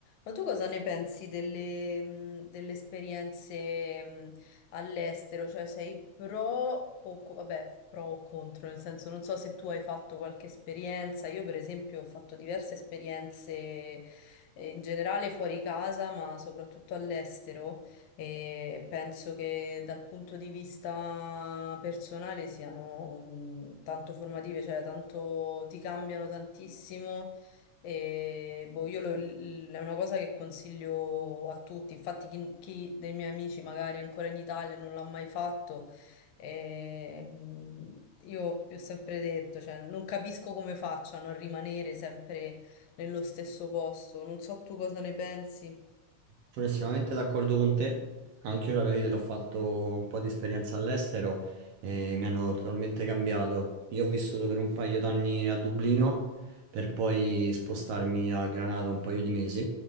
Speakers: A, on the left; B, on the right.
A: Ma tu cosa ne pensi delle, mh, delle esperienze mh, all'estero? Cioè sei pro o, co- vabbè, pro o contro? Nel senso, non so se tu hai fatto qualche esperienza. Io, per esempio, ho fatto diverse esperienze eh, in generale fuori casa, ma soprattutto all'estero. E penso che dal punto di vista personale siano mh, tanto formative, cioè tanto ti cambiano tantissimo e boh, io lo- l- è una cosa che consiglio a tutti. Infatti, chi, chi dei miei amici magari è ancora in Italia e non l'ha mai fatto, ehm, io vi ho sempre detto, cioè, non capisco come facciano a rimanere sempre nello stesso posto. Non so tu cosa ne pensi.
B: Sono estremamente d'accordo con te. Anche io la mia vita ho fatto un po' di esperienza all'estero e mi hanno totalmente cambiato. Io ho vissuto per un paio d'anni a Dublino per poi spostarmi a Granada un paio di mesi